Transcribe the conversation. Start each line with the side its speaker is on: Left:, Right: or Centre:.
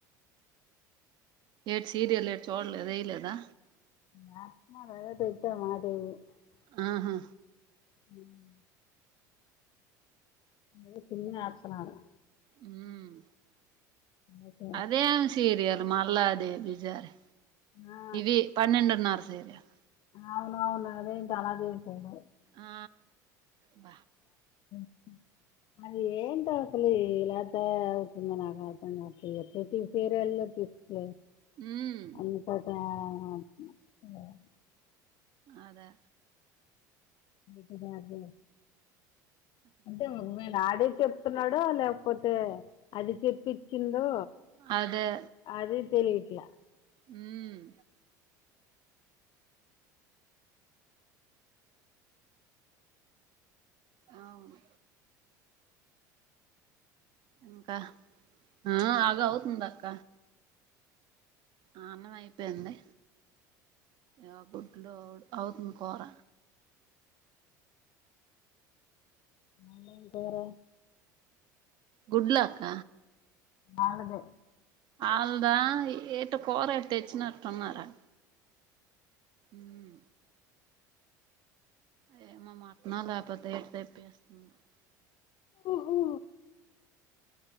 Right: ఏటీ సీరియల్ ఏటి చూడలేదు ఏయ్యలేదా
Left: <unintelligible>
Right: ఆహా
Left: హుమ్ <unintelligible> నను
Right: హుమ్
Left: ఓకే
Right: అదెం సీరియల్ మల్లా అదే బి జారే
Left: ఆ
Right: ఇది పన్నేండున్నర సీరియల్
Left: అవునవును అదేంటి అలాచేసినవ్
Right: ఆ భ
Left: <inaudible> అది ఏంటి ఆసలు ఇలా <unintelligible> నాకు అర్థంకావట్లేదు ప్రతి సీరియల్ చూస్తాలే
Right: ఉమ్
Left: అంతటా <unintelligible>
Right: అదే
Left: హ్ అంటే మీ డాడి చెప్తున్నాడ లేప్ పోతే అది చెప్ పిచ్చిందో
Right: అదే
Left: అది తెలియట్లా
Right: హ్మ్ అవును ఇంకా ఆ ఆగ అవుతుందక్క అ అన్నమైపోయింది ఎ గుట్లోడు అవుతుంది కూర
Left: మళ్లెం కూర
Right: గుడ్లు అక్క
Left: ఆళ్లదే
Right: ఆల్దా ఎ కూర ఎటి తేచ్చినట్టున్నారు ఉం ఏ మో మటనలే పోతే ఏ తేప్పేస్తంది
Left: ఓహో